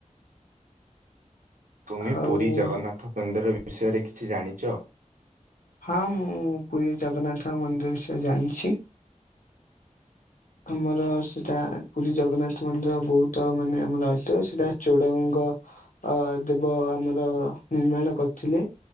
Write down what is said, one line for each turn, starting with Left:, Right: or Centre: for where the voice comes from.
Right: ତୁମେ
Left: ଆଉ
Right: ପୁରୀ ଜଗନ୍ନାଥ ମନ୍ଦିର ବିଷୟରେ କିଛି ଜାଣିଛ?
Left: ହଁ ମ ମୁଁ ପୁରୀ ଜଗନ୍ନାଥ ମନ୍ଦିର ବିଷୟରେ ଜାଣିଛି। ଆମର ସେଟା ପୁରୀ ଜଗନ୍ନାଥ ମନ୍ଦିର ବହୁତ ମାନେ ଆମର ଆଦ୍ୟ ସେଟା ଚୋଡଗଙ୍ଗ ଅ-ଅ ଦେବ ଆମର ନିର୍ମାଣ କରିଥିଲେ।